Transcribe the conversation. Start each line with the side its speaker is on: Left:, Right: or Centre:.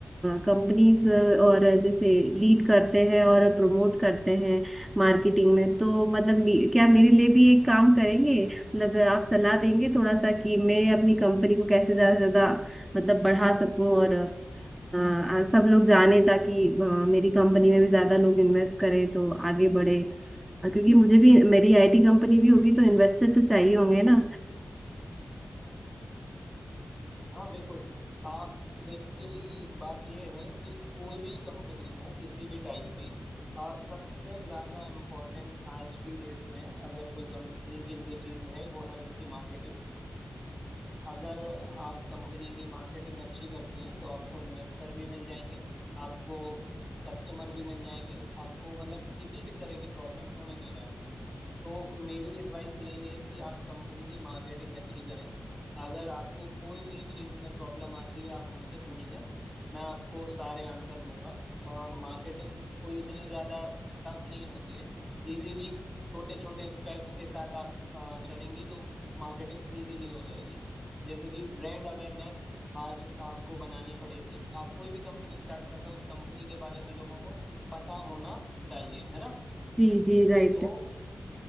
Right: कंपनीज और जैसे लीड करते हैं और प्रमोट करते हैं मार्केटिंग में तो मतलब मे- क्या
Left: जी
Right: मेरे लिए भी एक काम करेंगे मतलब आप सलाह देंगे थोड़ा सा कि मैं अपनी कंपनी को कैसे ज्यादा से ज्यादा मतलब बढ़ा सकूं और हाँ, सब लोग जाने ताकि अ, मेरी कंपनी में भी ज्यादा लोग इन्वेस्ट करें तो आगे बढ़े अ, क्योंकि मुझे भी मेरी आईटी कंपनी भी होगी तो इन्वेस्टर तो चाहिए होंगे
Left: जी
Right: ना
Left: हाँ बिल्कुल आप बेसिकली बात यह है कि कोई भी कंपनी हो किसी भी टाइप की आ, सबसे ज्यादा इम्पोर्टेंट आज की डेट में अगर कोई कंपनी के लिए चीज है वो है उसकी मार्केटिंग अगर आप कंपनी की मार्केटिंग अच्छी करती हैं तो आपको इन्वेस्टर भी मिल जाएंगे आपको कस्टमर भी मिल जाएंगे आपको मतलब किसी भी तरह की प्रॉब्लम होने नहीं वाली तो मेरी एडवाइस यही है कि आप कंपनी की मार्केटिंग अच्छी करें अगर आपको कोई भी चीज़ में प्रॉब्लम आती है आप मुझसे पूछ लें मैं आपको सारे आंसर दूंगा और मार्केटिंग कोई इतनी ज़्यादा टफ नहीं होती है इजीली छोटे छोटे स्टेप्स के साथ आप अ, चलेंगी तो मार्केटिंग इजीली हो जाएगी जैसे कि ब्रांड अवेयरनेस आज आपको बनानी पड़ेगी आप कोई भी कंपनी स्टार्ट कर रहे हो उस कंपनी के बारे में लोगों को पता होना चाहिए है ना
Right: जी जी राइट
Left: तो